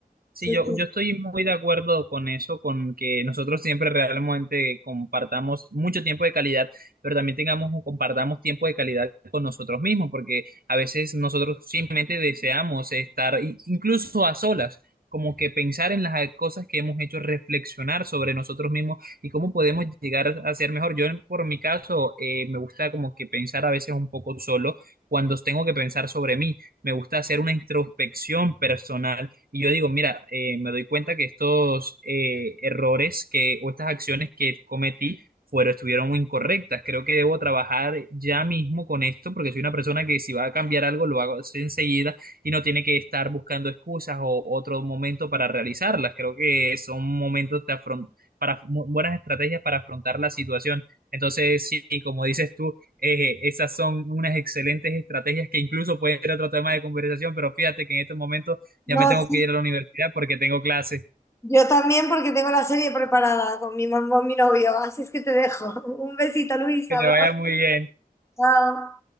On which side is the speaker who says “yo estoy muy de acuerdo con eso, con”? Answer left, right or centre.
Right